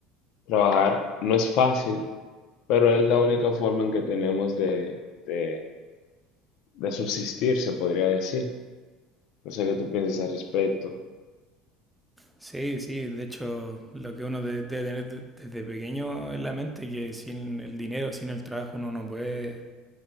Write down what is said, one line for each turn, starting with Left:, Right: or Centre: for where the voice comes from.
Left: Trabajar no es fácil, pero es la única forma en que tenemos de, de, de subsistir, se podría decir. No sé qué tú piensas al respecto.
Centre: Sí, sí, de hecho, lo que uno debe tener de- desde pequeño en la mente, que sin el dinero, sin el trabajo, uno no puede,